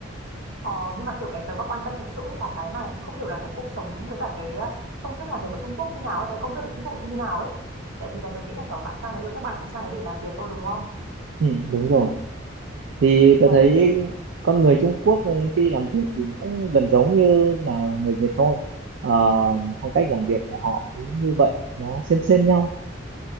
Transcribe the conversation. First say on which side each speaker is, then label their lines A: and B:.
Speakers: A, on the right (about 80°); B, on the right (about 70°).
A: Ờ, nhưng mà kiểu cái tớ mà quan tâm thật sự ấy là cái mà không hiểu là cái cuộc sống với cả cái ờ, phong cách làm việc của Trung Quốc như nào ấy, cái công việc của Trung Quốc thì như nào ấy. Tại vì là tớ nghĩ là kiểu bạn sang đấy rồi các bạn cũng sang đấy để làm việc thôi đúng không?
B: Ừ, đúng rồi. Thì tôi
A: Đấy
B: thấy
A: thì
B: con người Trung Quốc khi làm việc thì nó cũng gần giống như là người Việt thôi. Ờ, phong cách làm việc của họ cũng như vậy, nó xem xem nhau